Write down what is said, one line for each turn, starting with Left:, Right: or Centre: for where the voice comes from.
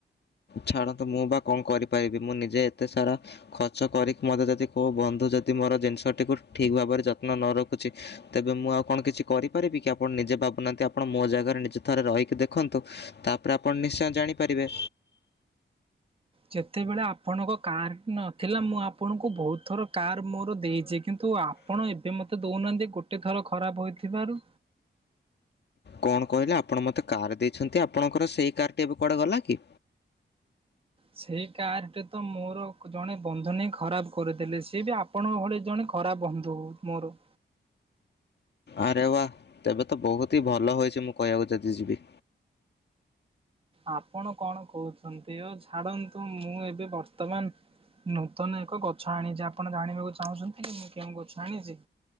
Left: ଛାଡ଼ନ୍ତୁ ମୁଁ ବା କଣ କରିପାରିବି ମୁଁ ନିଜେ ଏତେ ସାରା ଖର୍ଚ୍ଚ କରିକି ମୋତେ ଯଦି କୋଉ ବନ୍ଧୁ ଯଦି ମୋର ଜିନିଷଟିକୁ ଠିକ୍ ଭାବରେ ଯତ୍ନ ନ ରଖୁଛି ତେବେ ମୁଁ ଆଉ କଣ କିଛି କରିପାରିବି କି ଆପଣ ନିଜେ ଭାବୁନାହାନ୍ତି ଆପଣ ମୋ ଜାଗାରେ ନିଜେ ଥରେ ରହିକି ଦେଖନ୍ତୁ। ତାପରେ ଆପଣ ନିଶ୍ଚୟ ଜାଣିପାରିବେ।
Right: ଯେତେବେଳେ ଆପଣଙ୍କ କାର୍ ନଥିଲା ମୁଁ ଆପଣଙ୍କୁ ବହୁତ୍ ଥର କାର୍ ମୋର ଦେଇଚି କିନ୍ତୁ ତୁ ଆପଣ ଏବେ ମତେ ଦୋଉନାହାନ୍ତି ଗୋଟେ ଥର ଖରାପ୍ ହୋଇଥିବାରୁ
Left: କଣ କହିଲେ ଆପଣ ମତେ କାର୍ ଦେଇଛନ୍ତି। ଆପଣଙ୍କର ସେଇକାର୍ ଟି ଏବେ କୁଆଡେ ଗଲାକି?
Right: ସେଇ କାର୍ ଟି ତ ମୋର ଜଣେ ବନ୍ଧୁନେଇ ଖରାପ୍ କରୁଦେଲେ ସିଏ ବି ଆପ ଆପଣଙ୍କ ଭଳି ଜଣେ ଖରାପ୍ ବନ୍ଧୁ ମୋର।
Left: ଆରେ ବା ତେବେ ତ ବହୁତି ହି ଭଲ ହେଇଚି ମୁଁ କହିବାକୁ ଯଦି ଯିବି।
Right: ଆପଣ କଣ କହୁଛନ୍ତି ଅ ଛାଡନ୍ତୁ ମୁଁ ଏବେ ବର୍ତ୍ତମାନ ନୂତନ ଏକ ଗଛ ଆଣିଚି। ଆପଣ ଜାଣିବାକୁ ଚାହୁଁଛନ୍ତି କି ମୁଁ କେଉଁ ଗଛ ଆଣିଚି?